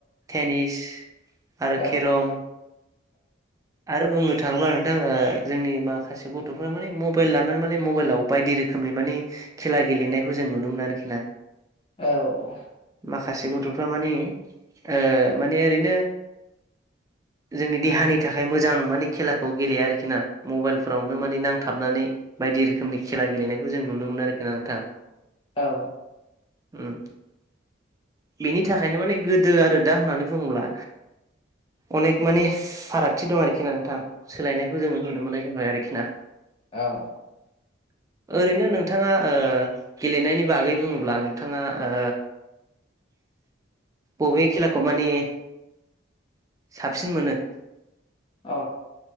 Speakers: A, on the right; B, on the left.
A: टेनिस आरो
B: औ
A: खेरम आरो बुंनो थाङोब्ला नोंथां ओ जोंनि माखासे गथ'फोरा माने मबाइल लानानै माने मबाइलाव बायदि रोखोमनि बे माने खेला गेलेनायखौ जों नुनो मोनो आरोखि ना
B: औ
A: माखासे गथ'फ्रा मानि ओ माने ओरैनो जोंनि देहानिद थाखाय मोजां माने खेलाखौ गेलेया आरोखि ना मबाइलफोरावनो माने नांथाबनानै बायदि रोखोमनि खेला ला गेलेनायखौ जों नुनो मोनो आरोखि ना नोंथां
B: औ
A: उम बेनि थाखायनो माने गोदो आरो दा होननानै बुङोब्ला अनेख मानिस फारागथि दं आरोखि ना नोंथां सोलायनायखौ जोङो नुनो मोननाय जाबाय आरोखि ना
B: औ
A: <inaudible> ओरैनो नोंथाङा ओ गेलेनायनि बागै बुङोब्ला नोंथाङा ओ बबे खेलाखौ मानियो साबसिन मोनो
B: औ